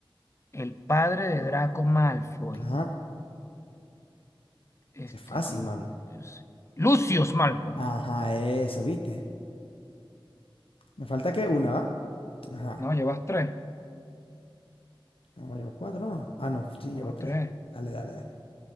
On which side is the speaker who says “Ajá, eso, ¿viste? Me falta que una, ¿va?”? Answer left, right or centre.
Left